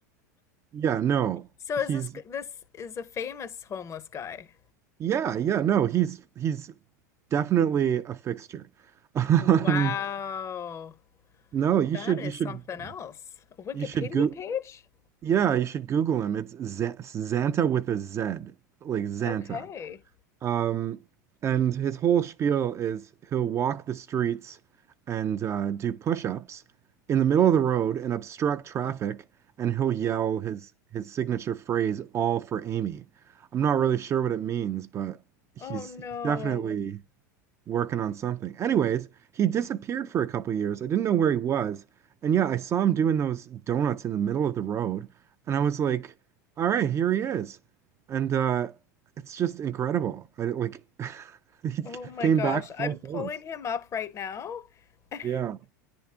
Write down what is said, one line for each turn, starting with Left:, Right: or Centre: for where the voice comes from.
Right: yeah, no.
Left: So
Right: He's
Left: is this this is a famous homeless guy?
Right: yeah, yeah, no. He's he's definitely a fixture. <laughs> Um,
Left: Wow.
Right: no, you
Left: That
Right: should
Left: is
Right: you should
Left: something else. A Wikipedia
Right: You should go
Left: page?
Right: yeah, you should Google him. It's Z Xanta with a Z, like Xanta.
Left: Okay.
Right: Um, and his whole spiel is he'll walk the streets and uh, do push-ups in the middle of the road and obstruct traffic, and he'll yell his his signature phrase, "All for Amy." I'm not really sure what it means, but he's
Left: Oh no.
Right: he's definitely working on something. Anyways, he disappeared for a couple years. I didn't know where he was. And yeah, I saw him doing those donuts in the middle of the road, and I was like, "All right, here he is." And uh it's just incredible. I didn't- like <laughs> he
Left: Oh my
Right: came
Left: gosh.
Right: back full
Left: I'm
Right: force.
Left: pulling him up right now. <laughs>
Right: Yeah.